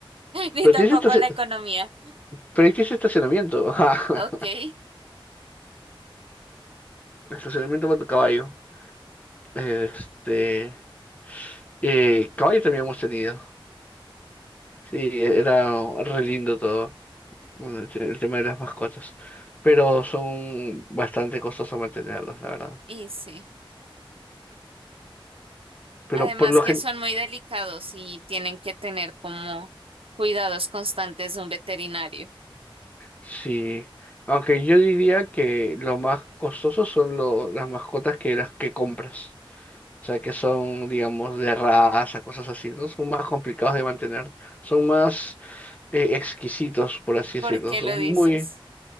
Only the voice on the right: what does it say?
ni
tampoco
la economía.
Ok,
y sí.
Además
que
son muy delicados y tienen que tener como cuidados constantes de un veterinario.
¿Por
qué
lo dices?